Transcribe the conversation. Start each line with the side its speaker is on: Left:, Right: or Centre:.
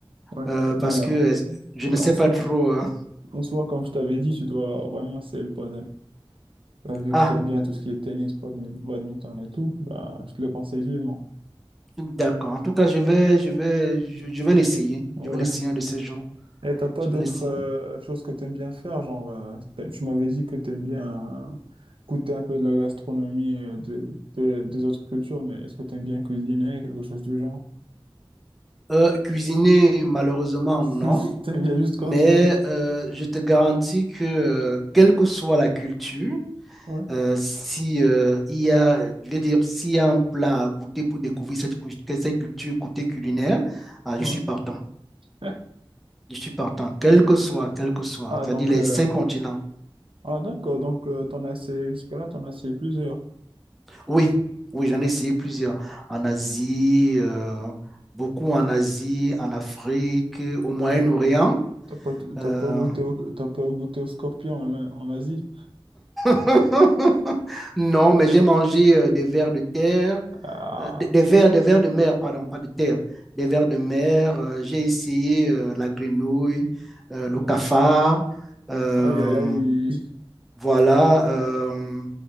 Right: ouais.
Centre: Euh, parce
Right: Mais, euh,
Centre: que euh, je
Right: mais
Centre: ne sais
Right: en soi,
Centre: pas trop. euh,
Right: en soi, comme je t'avais dit, tu dois vraiment essayer le paddle. Bah, vu
Centre: Ah,
Right: que tu aimes bien tout ce qui est tennis, badmin- badminton et tout, bah, je te le conseille vivement.
Centre: d'accord. En tout cas, je vais, je vais, je, je vais l'essayer.
Right: Ouais.
Centre: Je vais l'essayer un de ces jours.
Right: Et t'as pas
Centre: Je
Right: d'autres
Centre: vais l'essayer.
Right: euh, choses que t'aimes bien faire, genre euh, t'as- tu m'avais dit que t'aimes bien euh, goûter un peu de la gastronomie euh, de, de- des autres cultures, mais est-ce que t'aimes bien cuisiner, quelque chose du genre?
Centre: Euh, cuisiner, malheureusement,
Right: <laughs>
Centre: non.
Right: T'aimes bien juste consommer.
Centre: Mais euh, je te garantis que, euh, quelle que soit la culture,
Right: Ouais,
Centre: Euh, si, euh, il y a, je vais dire, s'il y a un plat à goûter pour découvrir cette, cul- que- cette culture côté culinaire, ah,
Right: ouais.
Centre: je suis partant.
Right: <laughs>
Centre: Je suis partant, quel que soit, quel que soit.
Right: Ah
Centre: C'est-à-dire
Right: donc
Centre: les
Right: euh,
Centre: cinq continents.
Right: ah d'accord, donc euh, t'en as essayé jusque-là, t'en as essayé plusieurs.
Centre: Oui, oui, j'en ai essayé plusieurs. En Asie, euh, beaucoup en Asie, en Afrique, au Moyen-Orient.
Right: T'as pas t- t'as
Centre: Euh,
Right: pas goûté au, t'as pas goûté au scorpion en, en Asie.
Centre: <laughs> non, mais j'ai mangé euh, des vers de terre.
Right: Ah.
Centre: euh, des, des vers, des vers de mer, pardon, pas de terre, des vers de mer. euh, j'ai essayé euh, la grenouille, euh, le
Right: Ouais.
Centre: cafard, euh,
Right: Aïe aïe aïe.
Centre: voilà. euh,